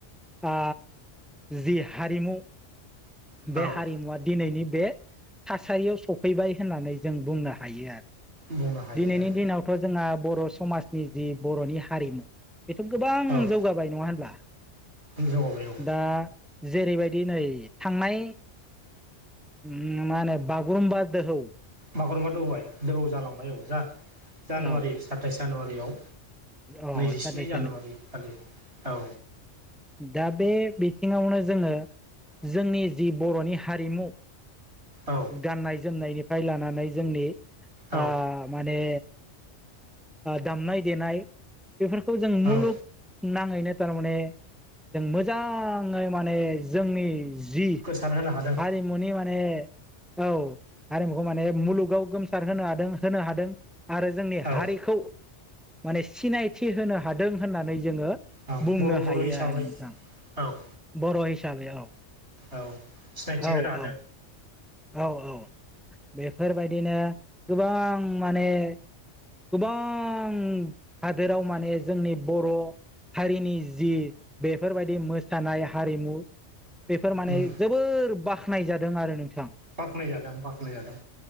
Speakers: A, in the centre; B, on the right.
A: आ जि हारिमु। बे
B: औ।
A: हारिमुवा दिनैनि बे थासारियाव सफैबाय होननानै जों बुंनो हायो आरो।
B: बुंनो हायो
A: दिनैनि
B: आरो
A: दिनावथ' जोंहा बर'। समाजनि जि बर'नि हारिमु बेथ' गोबां
B: औ
A: जौगाबाय नङा होनब्ला।
B: जौगाबाय' औ।
A: दा जेरैबायदि नै थांनाय। ओम मा होनो बागुरुम दौहौ।
B: बागुरुम्बा दौहौवा दोहौ जालांबाय औ जा जानुवारि
A: औ
B: सातताइस जानुवारियाव।
A: औ
B: नैजिस्नि
A: साताइस
B: जानुवारि खालि औ।
A: दा बे बिथिङावनो जोङो जोंनि जि बर'नि हारिमु।
B: औ
A: गाननाय जोमनायनिफ्राय लानानै जोंनि
B: औ
A: ओ माने। दामनाय देनाय बेफोरखौ जों मुलुग
B: औ
A: नाङैनो थारमाने। जों मोजाङै माने जोंनि। जि
B: गोसार होनो हादों
A: हारिमुनि माने। औ हारिमुखौ माने मुलुगाव गोमसार होनो हादों होनो हादों आरो। जोंनि
B: औ
A: हारिखौ माने सिनायथि होनो हादों होननानै जोङो।
B: औ
A: बुंनो
B: बर' बर'
A: हायो
B: हिसाबै
A: आरो नोंथां
B: औ
A: बर' हिसाबै औ
B: औ सिनायथि
A: औ
B: होनो हादों
A: औ औ औ बेफोरबायदिनो गोबां माने गोबां हादोराव माने जोंनि बर' हारिनि जि बेफोरबायदि मोसानाय हारिमु बेफोर माने
B: उम
A: जोबोर बाख्नाय जादों आरो नोंथाङा
B: बाख्नाय जादों बाख्नाय जादों